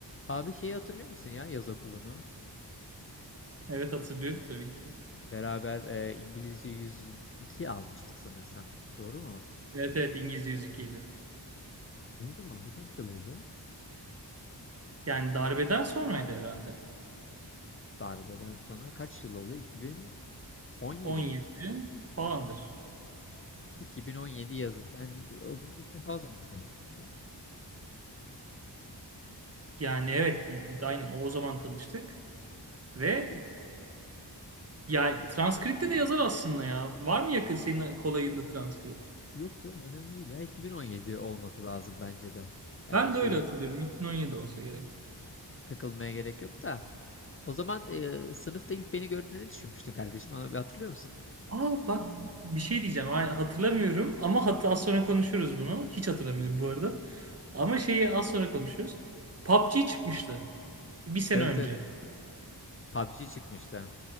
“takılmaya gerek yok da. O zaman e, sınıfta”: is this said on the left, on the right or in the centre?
Left